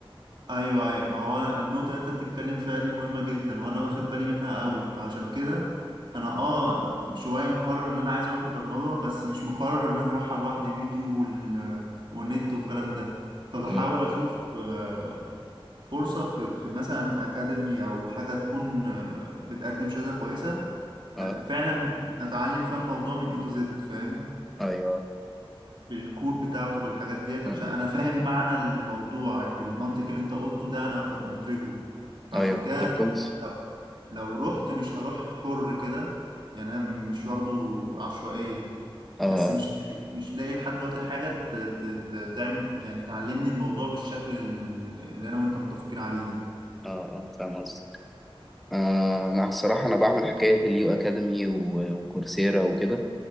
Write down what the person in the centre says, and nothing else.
امم
اه
ايوه
امم
ايوه
طب كويس
اه
اه اه فاهم قصدك آه انا الصراحة انا بعمل حكاية اليو اكاديمي و- وكورسيرا وكده